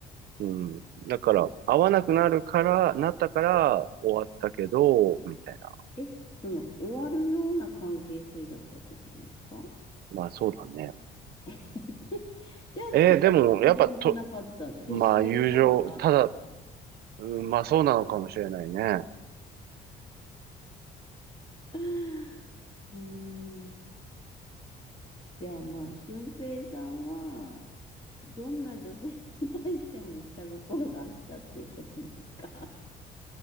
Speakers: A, on the right (about 70°); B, on the left (about 30°).
A: うん。だから、合わなくなるから、なったから終わったけど、みたいな。
B: え、その、終わるような関係性だったってことですか
A: まあそうだね。
B: <laughs> じゃあ、
A: えーでも、
B: それは友情じゃなかった。
A: やっぱと、
B: 女子心があった。
A: まあ友情、ただ、うん、まあそうなのかもしれないね。
B: <laughs> うーん。じゃあ、まあ、俊平さんは、どんな女性に対しても下心があったっていうことですか